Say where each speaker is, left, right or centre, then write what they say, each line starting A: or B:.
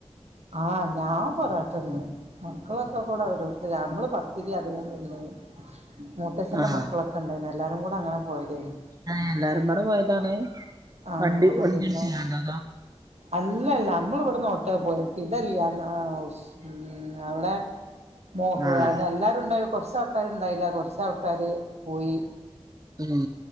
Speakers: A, on the right (about 80°); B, on the right (about 35°).
A: ആ ഞാൻ പൊറാട്ടന്ന് മക്കളൊക്കെ കൂടെ ഓരോരുത്തര് നമ്മള് പത്തിരി അധികം തിന്ന് മൂത്തച്ഛന്റെ
B: ആഹ്
A: മക്കളൊക്കെ ഉണ്ടായിന് എല്ലാരും കൂടെ അങ്ങനെ പോയതേനു
B: ആ എല്ലാരും പാടെ പോയതാണ്
A: ആഹ്
B: വണ്ടി
A: അപ്പൊ
B: വണ്ടി
A: പിന്നെ
B: <unintelligible>
A: അല്ലല്ല നമ്മൾ ഇവിടുന്ന് ഒട്ടേ പോയത് ഇതല്യാ അം ഒ ശ് ആ അവിടെ മോക്ക്
B: ആഹ്
A: വേഗം എല്ലാവാരും ഉണ്ടായി കുറച്ച് ആൾക്കാരുണ്ടായില്ല കുറച്ച് ആൾക്കാര് പോയി
B: ഉം